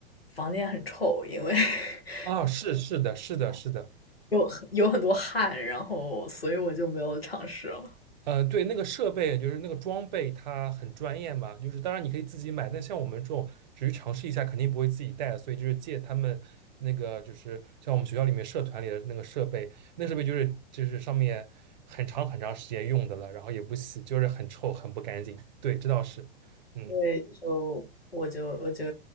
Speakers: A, on the left; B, on the right.
A: 房间很臭，因为 <laughs>
B: 啊，是是的，是的，是的，
A: 有有很多汗，然后所以我就没有尝试了。
B: 呃，对，那个设备就是那个装备，它很专业嘛，就是当然你可以自己买，但像我们这种只是尝试一下，肯定不会自己带，所以就是借他们那个，就是像我们学校里面社团里的那个设备，那设备就是就是上面很长很长时间用的了，然后也不洗，就是很臭，很不干净。对，这倒是，嗯。
A: 对，就我就我就